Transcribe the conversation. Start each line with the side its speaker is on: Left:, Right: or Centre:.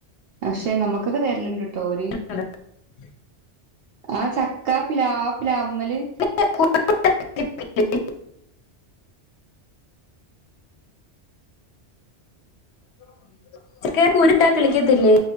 Right: പക്ഷെ നമ്മുക്കൊക്കെ തരലുണ്ട് ട്ടോ ഓര്
Left: <unintelligible>
Right: ആഹ് ചക്കാ പ്ലാവ് പ്ലാവിമേല്
Left: <unintelligible> <inaudible> ചക്കെടെ കുരു ഇട്ടാ കിളിക്കത്തില്ലേ